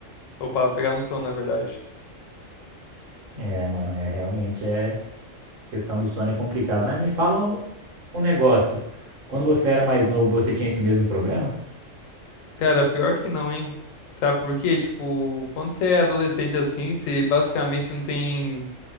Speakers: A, on the left; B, on the right.
A: Ou pra pegar no sono, na verdade.
B: É, mano, é realmente é questão do sono é complicado. Mas me fala um, um negócio. Quando você era mais novo, você tinha esse mesmo problema?
A: Cara, pior que não, hein? Sabe por quê? Tipo, quando você é adolescente assim, você basicamente não tem